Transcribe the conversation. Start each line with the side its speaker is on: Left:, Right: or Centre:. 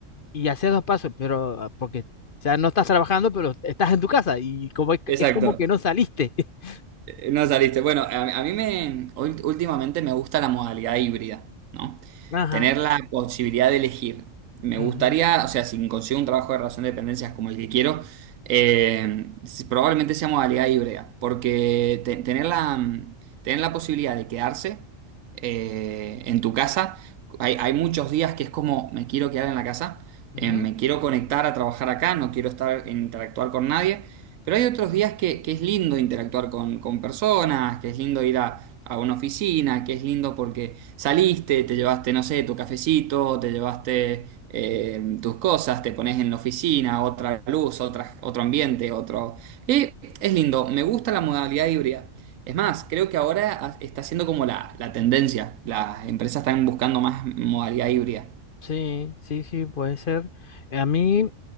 Left: y haces dos pasos, pero ah, porque, o sea, no estás trabajando, pero estás en tu casa y como es,
Right: Exacto.
Left: es como que no saliste. <laughs>
Right: Eh, No saliste. Bueno, a, a mí me, ul- últimamente me gusta la modalidad híbrida, ¿no?
Left: Ajá.
Right: Tener la posibilidad de elegir. Me
Left: ujú,
Right: gustaría, o sea, si consigo un trabajo de relación de dependencias como el que quiero, eh, si- probablemente sea modalidad híbrida, porque te- tener la, mm, tener la posibilidad de quedarse eh, en tu casa, hay, hay muchos días que es como, me quiero quedar en la casa,
Left: ujú.
Right: eh, me quiero conectar a trabajar acá, no quiero estar, interactuar con nadie. Pero hay otros días que, que es lindo interactuar con, con personas, que es lindo ir a, a una oficina, que es lindo porque saliste, te llevaste, no sé, tu cafecito, te llevaste eh, tus cosas, te pones en la oficina, otra luz, otra, otro ambiente, otro... Y es lindo, me gusta la modalidad híbrida. Es más, creo que ahora ha- está siendo como la, la tendencia. Las empresas están buscando más modalidad híbrida.
Left: Sí, sí, sí, puede ser. A mí,